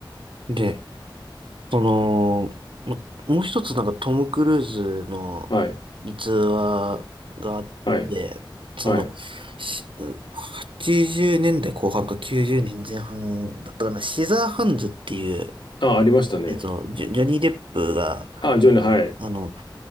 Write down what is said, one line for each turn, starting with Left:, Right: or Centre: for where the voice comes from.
Right: んで、その、ももう一つなんかトム・クルーズの逸話があって、
Left: はい。はい。
Right: その、
Left: はい。
Right: し80年代後半か90年前半だったかな、シザーハンズっていう、
Left: あ、ありましたね。
Right: えっと、ジョジョニー・デップが、
Left: あ、ジョニー、はい。
Right: あの、